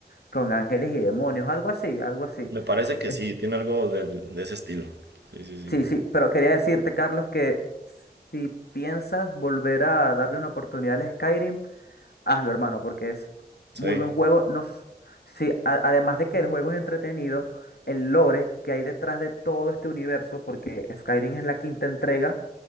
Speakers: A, on the left; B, on the right.
A: con ángeles y demonios, algo así, algo así.
B: Me parece que
A: Es-
B: sí, tiene algo del- de ese estilo. Sí, sí, sí.
A: Sí, sí, pero quería decirte, Carlos, que Si piensas volver a darle una oportunidad al Skyrim, hazlo, hermano, porque es
B: Sí,
A: muy buen juego. No, s- sí, a- además de que el juego es entretenido, el lore que hay detrás de todo este universo, porque Skyrim es la quinta entrega